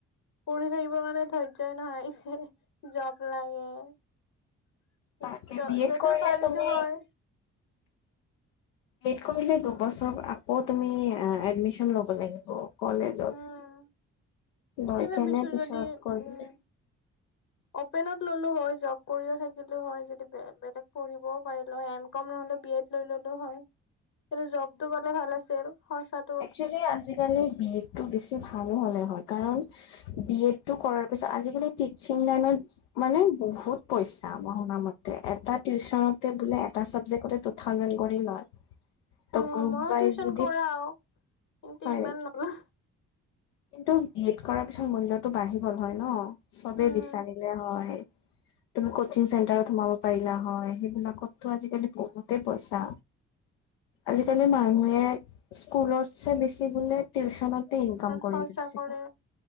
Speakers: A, on the left; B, on the left.
A: পঢ়ি থাকিব কাৰণে ধৰ্যই নহয়, ইছলিয়ে জব লাগে।
B: তাকে বি এড কৰিলে
A: যদি পাৰিলো
B: তুমি
A: হয়।
B: বি এড কৰিলে দুবছৰ আকৌ তুমি এডমিশন ল'ব লাগিব। কলেজত
A: উম
B: লৈ
A: সেই ভাবিছো
B: কেনে পিছত
A: যদি
B: কৰিবলে।
A: উম অপেনত ললো হয় জব কৰিও থাকিলো হয়। যদি বেলেগ পঢ়িবও পাৰিলো হয় এম কম নহ'লে বি এড লৈ ললো হয়। কিন্তু জব টো পালে ভাল আছিল। খৰচাত
B: একচোৱেলি আজিকালি বি এড টো বেছি ভাল হ'ল। কৰা হয় কাৰণ বি এড টো কৰাৰ পিছত আজিকালি টিচিং লাইনত মানে বহুত পইচা শুনা মতে। এটা টিউচনতে বোলে এটা চাবজেক্টতে থাউজেন্ড কৰি লয়। ত'
A: অ'
B: গ্ৰুপ
A: মইও
B: ৱাইজ
A: টিউচন
B: যদি
A: কৰাও কিন্তু
B: হয়
A: ইমান
B: নেকি?
A: নলওঁ।
B: কিন্তু বি এড কৰাৰ পিছত মূল্যয়তটো বাঢ়ি গ'ল হয় ন চবে
A: উম
B: বিচাৰিলে হয়। তুমি কচিং চেণ্টাৰত সোমাব পাৰিলা হয় সেইবিলাকতটো আজিকালি বহুতে পইচা আজিকালি মানুহে স্কুলতছে বেছি বোলে। টউচনতে ইনকাম। কৰি
A: খৰ্চা
B: আছে।
A: কৰে